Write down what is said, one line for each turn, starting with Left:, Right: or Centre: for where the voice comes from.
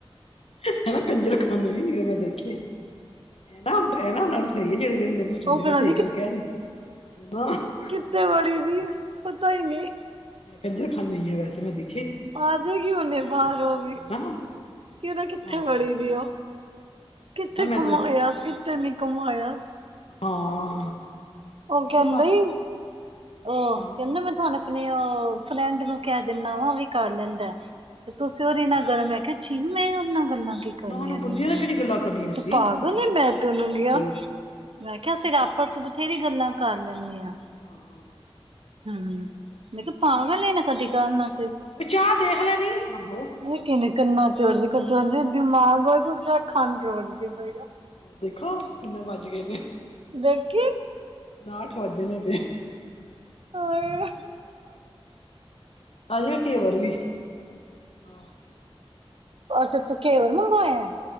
Left: ਹਨਾ ਕੰਜਰਖਾਨੇ ਨੀ ਮੈਂ ਐਵੇਂ ਦੇਖੇ। <unintelligible>
Right: ਉਹ ਪਤਾ ਕੀਤੇ ਵੜੀ ਦੀ, ਪਤਾ ਈ ਨੀ।
Left: ਏਧਰ ਖਾਂਦੇ ਈ ਐ, ਵੈਸੇ ਮੈਂ ਦੇ
Right: ਆ ਜੇਗੀ, ਹੁਣੇ ਬਾਹਰ ਉਹਵੀ।
Left: ਹਨਾ
Right: ਕਿ ਪਤਾ ਕਿੱਥੇ
Left: ਹਾਂ
Right: ਵੜੀ ਦੀ ਉਹ, ਕਿੱਥੇ
Left: ਨਾ ਮੈਂ
Right: ਘੁੰਮਾਇਆ
Left: ਤਾਂ
Right: ਸ, ਕਿੱਥੇ ਨੀ ਘੁੰਮਾਇਆ।
Left: ਹਾਂ।
Right: ਉਹ
Left: ਕੀ
Right: ਕਹਿੰਦੀ।
Left: ਪਤਾ
Right: ਆਂ,
Left: ਹਾਂ
Right: ਕਹਿੰਦਾ, ਮੈਂ ਤੁਹਾਨੂੰ ਸਨੇਹਾ ਫਰੈਂਡ ਨੂੰ ਕਹਿ ਦਿੰਦਾ ਵਾਂ, ਉਹਵੀ ਕਰ ਲੈਂਦਾ। ਤੇ ਤੁਸੀਂ ਔਰੇ ਨਾ, ਕਰ ਮੈਂ ਕਿਹਾ ਚਿਨੂੰ ਮੈਂ ਉਹਦੇ ਨਾਲ ਗੱਲਾਂ ਕਰਨੀਆਂ
Left: ਨਾ ਨਾ
Right: ਨੇ,
Left: ਬੰਦਿਆਂ ਕਿਹੜੀ ਗੱਲਾਂ ਕਰਨੀਆਂ
Right: ਤੂੰ
Left: ਸੀ
Right: ਪਾਗਲ ਐ ਮੈਂ, ਤੇ ਉਹਨੂੰ
Left: ਪਾਗਲ
Right: ਕਿਹਾ। ਮੈਂ ਕਿਹਾ, ਅਸੀਂ ਆਪਸ 'ਚ ਬਥੇਰੀ ਗੱਲਾਂ ਕਰ ਲੈਂਦੇ ਆਂ।
Left: ਹਾਂ।
Right: ਹੁੰ, ਮੈਂ ਕਿਹਾ, ਪਾਗਲ, ਨਾ ਕਦੀ ਗੱਲ ਨਾ
Left: ਉਹ ਚਾਹ ਦੇਖ ਲੈ ਨੀ, ਆਹੋ।
Right: ਏ ਕਿਨੇ ਕੰਨਾ ਚ ਦਿਮਾਗ <unintelligible> ਖਾਂ ਜੋੋੜਦੀ ਪਈਆਂ।
Left: ਦੇਖਾਂ, ਕਿੰਨੇ ਵੱਜ ਗਏ ਨੇ।
Right: ਦੇਖੀ
Left: ਆਠ ਵੱਜੇ ਨੇ ਹਜੇ।
Right: ਕੋਈ
Left: ਆਜਾ ਘੇਵਰ ਵੀ। ਆਹ
Right: ਅੱਛਾ, ਤੂੰ ਘੇਵਰ ਮੰਗਵਾਇਆ।